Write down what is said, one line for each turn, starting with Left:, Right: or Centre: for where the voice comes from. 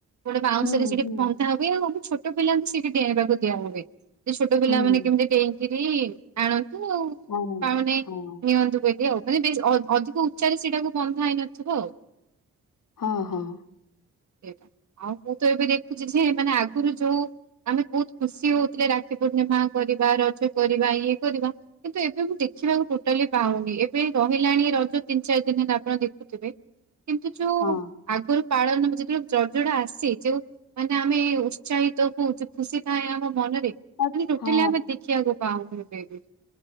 Right: ଗୋଟେ ବାଉଁଶରେ
Left: ହୁଁ
Right: ସେଠି
Left: ହୁଁ
Right: ତାପରେ ସବୁ ଛୋଟ ପିଲାଙ୍କୁ ସେଇଠି ଡିଆଁଇବାକୁ ଦିଆ ହୁଏ ଯେ ଛୋଟ ପିଲା
Left: ହୁଁ
Right: ମାନ କେମିତି ଡେଇଁ ଠିକ୍ କରି ଆଣନ୍ତୁ ଆଉ
Left: ଆନନ୍ଦ।
Right: ତାମାନେ
Left: ହଁ
Right: ନିଅନ୍ତୁ ଦେ ଏଇ ଆଉ ମାନେ ବେଶ ଅଧ୍ ଅଧିକ ଉଚ୍ଚାରେ ସେଇଟାକୁ ବନ୍ଧାହେଇନଥିବ ଆଉ।
Left: ହଁ ହଁ।
Right: ଓକେ, ଆଉ ମୁଁ ତ ଏବେ ଦେଖୁଛି ଯେ ମାନେ ଆଗରୁ ଯୋଉ ଆମେ ବହୁତ ଖୁସି ହଉଥିଲେ ରାକ୍ଷୀ ପୂର୍ଣ୍ଣିମା କରିବା, ରଜ କରିବା, ଇଏ କରିବା। କିନ୍ତୁ ଏବେ ମୁଁ ଦେଖିବାକୁ ଟୋଟାଲି ପାଉନି ଏବେ ରହିଲାଣି ରଜ ତିନି ଚାରି ଦିନ ହେଲା ଆପଣ ଦେଖୁଥିବେ। କି ଯୋଉ
Left: ହଁ
Right: ଆଗରୁ ପାଳନ ଯେତେବେଳେ ଦଜୋଡା ଆସି ଯଉ ମାନେ ଆମେ ଉତ୍ସାହିତ ହଉ ଯଉ ଖୁସି ଥାଏ ଆମ ମନରେ ମାନେ
Left: ଆଛ୍
Right: ଟୋଟାଲି
Left: ହଁ
Right: ଆମେ ଦେଖିବାକୁ ପାଉଁନ ସେଇଠି